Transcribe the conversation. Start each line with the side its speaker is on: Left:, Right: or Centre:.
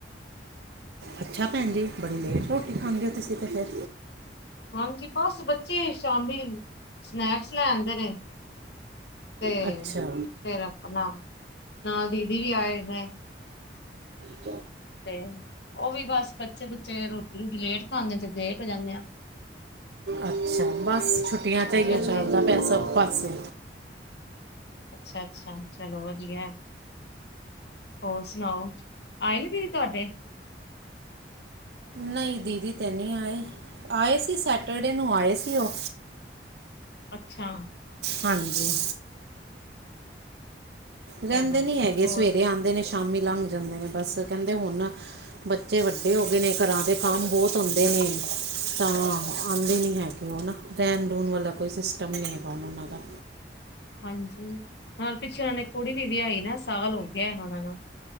Right: ਅੱਛਾ ਭੈਣ ਜੀ, ਬੜੀ ਲੇਟ ਰੋਟੀ ਖਾਂਦੇ ਓ ਤੁਸੀਂ ਤਾਂ ਫਿਰ।
Left: ਹਾਂਜੀ, ਬਸ ਬੱਚੇ ਸ਼ਾਮੀ ਸਨੈਕਸ ਲੈ ਆਂਦੇ ਨੇ ਤੇ
Right: <inaudible> ਅੱਛਾ।
Left: ਫੇਰ ਆਪਣਾ ਨਾਲ ਦੀਦੀ ਵੀ ਆਏ ਨੇ
Right: <inaudible>
Left: ਤੇ ਓ ਵੀ ਬਸ ਬੱਚੇ-ਬੁੱਚੇ ਰੋਟੀ-ਰੂਟੀ ਲੇਟ ਖਾਂਦੇ ਆ, ਤੇ ਲੇਟ ਹੋ ਜਾਂਦੇ ਆ।
Right: ਅੱਛਾ, ਬਸ ਛੁੱਟੀਆਂ'ਚ
Left: ਹਾਂਜੀ-ਹਾਂਜੀ।
Right: ਐਈਓ ਚੱਲਦਾ ਪਿਆ ਸਭ ਪਾਸੇ।
Left: ਅੱਛਾ-ਅੱਛਾ, ਚਲੋ ਵਧੀਆ। ਹੋਰ ਸੁਣਾਓ, ਆਏ ਨੀ ਦੀਦੀ ਤੁਆਡੇ?
Right: ਨਈ ਦੀਦੀ ਤਾਂ ਨੀ ਆਏ, ਆਏ ਸੀ ਸੈਟਰਡੇ ਨੂੰ ਆਏ ਸੀ ਓ।
Left: ਅੱਛਾ।
Right: ਹਾਂਜੀ। ਰਹਿੰਦੇ
Left: ਚਲੋ
Right: ਨੀ
Left: ਹੋਰ
Right: ਹੈਗੇ, ਸਵੇਰੇ ਆਂਦੇ ਨੇ ਸ਼ਾਮੀ ਲੰਘ ਜਾਂਦੇ ਨੇ, ਬਸ ਕਹਿੰਦੇ ਹੁਨ ਬੱਚੇ ਵੱਡੇ ਹੋ ਗਏ ਨੇ, ਘਰਾਂ ਦੇ ਕੰਮ ਬੋਤ ਹੁੰਦੇ ਨੇ। ਤਾਂ ਆਂਦੇ ਨੀ ਹੈਗੇ ਓ ਨਾ, ਰੈਣ-ਰੂਣ ਵਾਲਾ ਕੋਈ ਸਿਸਟਮ ਨੀ ਹੈਗਾ ਹੁਣ ਓਨਾਂ ਦਾ।
Left: ਹਾਂਜੀ, ਨਾਲ ਪਿੱਛੇ ਓਨੇ ਕੁੜੀ ਵੀ ਵਿਆਈ ਨਾ ਸਾਲ ਹੋ ਗਿਆ, ਓਨਾਂ ਨੂੰ।